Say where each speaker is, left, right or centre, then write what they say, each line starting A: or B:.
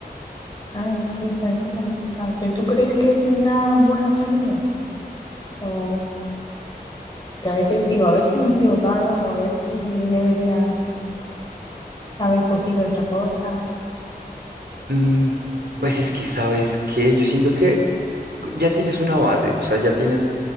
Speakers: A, on the left; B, on the right.
A: A ver, sí, parece complicado. ¿Pero tú crees que tendrá buenas salidas? O que a veces digo, a ver si me he equivocado o a ver si debería haber cogido otra cosa.
B: Mm, pues es que sabes que yo siento que ya tienes una base, o sea, ya tienes